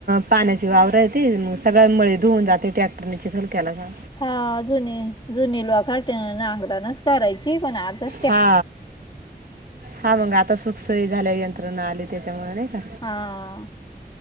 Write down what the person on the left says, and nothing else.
हा जुनी जुनी लवाख नांगरानच करायची पण आता
हा